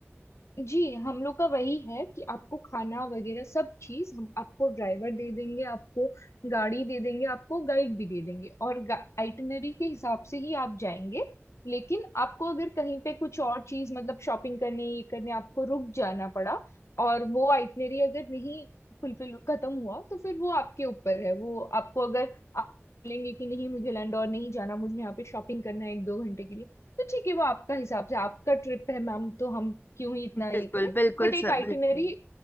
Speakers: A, on the left; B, on the left.
A: जी हम लोग का वही है कि आपको खाना वगैरह सब चीज हम आपको ड्राइवर दे देंगे आपको गाड़ी दे देंगे आपको गाइड भी दे देंगे और आइटिनरी के हिसाब से ही आप जाएंगे लेकिन आपको अगर कहीं पे कुछ और चीज मतलब शॉपिंग करने ये करने आपको रुक जाना पड़ा और वो आइटिनरी अगर नहीं फुलफिल खत्म हुआ तो फिर वो आपके ऊपर है वो आपको अगर आप बोलेंगे कि नहीं मुझे लंडौर नहीं जाना मुझे यहाँ पे शॉपिंग करना है एक दो घंटे के लिए तो ठीक है वो आपका हिसाब से आपका ट्रिप है मैम तो हम क्यों ही इतना
B: बिल्कुल
A: ये करें
B: बिल्कुल
A: बट एक
B: सर
A: आइटिनरी
B: बिल्कुल